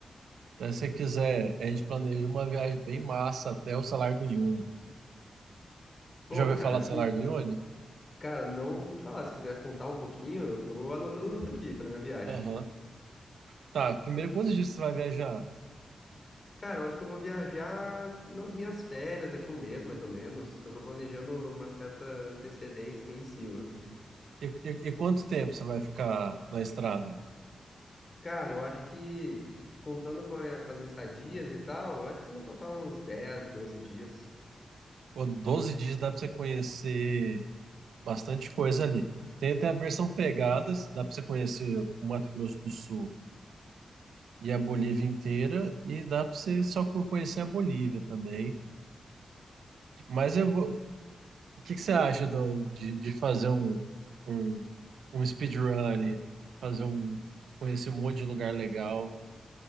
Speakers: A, on the right; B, on the left.
A: Então, se você quiser, a gente planeja uma viagem bem massa até o Salário do Uyuni.
B: Pô,
A: Já ouviu
B: cara,
A: falar
B: que.
A: do Salário do Uyuni?
B: Cara, não ouvi falar. Se quiser contar um pouquinho, eu tô anotando tudo aqui pra minha viagem.
A: Aham. Tá, primeiro, quantos dias você vai viajar?
B: Cara, eu acho que eu vou viajar nas minhas férias daqui a um mês, mais ou menos. Então, eu tô planejando uma certa antecedência meio em cima.
A: Uhum. E, e, e quanto tempo você vai ficar na estrada?
B: Cara, eu acho que contando com, a- com as estadias e tal, eu acho que no total uns 10, 12 dias.
A: Pô, 12 dias dá pra você conhecer bastante coisa ali. Tem até a versão pegadas, dá pra você conhecer o Mato Grosso do Sul e a Bolívia inteira, e dá pra você só co- conhecer a Bolívia também. Mas eu vou... o que que você acha do- de, de fazer um, um, um speedrun ali, fazer um, conhecer um monte de lugar legal